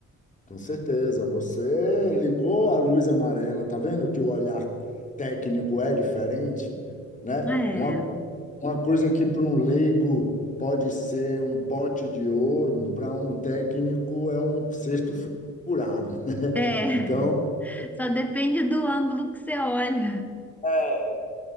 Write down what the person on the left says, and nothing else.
Com certeza, você ligou a luz amarela, tá vendo que o olhar técnico é diferente, né?
Uma, uma coisa que para um leigo pode ser um pote de ouro, para um técnico é um cesto fu- furado, né?
Então,
é,